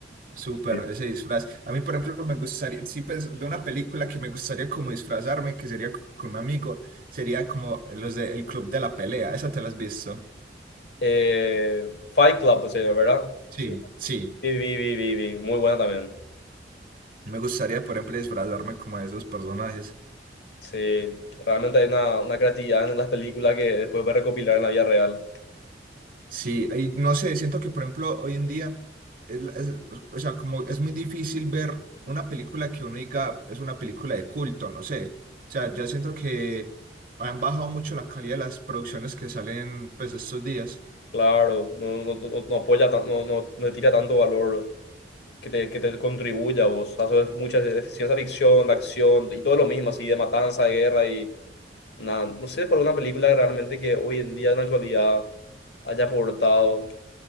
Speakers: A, on the right; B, on the left.
A: Súper,
B: Sí.
A: ese disfraz. A mí, por ejemplo, me gustaría, sí, pues, de una película que me gustaría como disfrazarme, que sería con un amigo, sería como los de El Club de la Pelea. ¿Esa te la has visto?
B: Eh, Fight Club, se ¿verdad?
A: Sí,
B: Sí.
A: sí.
B: Sí, vi, vi, vi, vi. Muy buena también.
A: Me gustaría, por ejemplo, disfrazarme como de esos personajes.
B: Sí, realmente hay una, una creatividad en las películas que después puedes recopilar en la vida real.
A: Sí, y no sé, siento que, por ejemplo, hoy en día, es la- es- o sea, como es muy difícil ver una película que uno diga es una película de culto, no sé. O sea, yo siento que han bajado mucho la calidad de las producciones que salen, pues, estos días.
B: Claro, no, no, no, no apoya, tan- no, no, no le tira tanto valor que te, que te contribuya a vos. Haces mucha de- de ciencia ficción, acción y todo lo mismo, así de matanza, de guerra y nada. No sé por una película realmente que hoy en día en la actualidad haya aportado.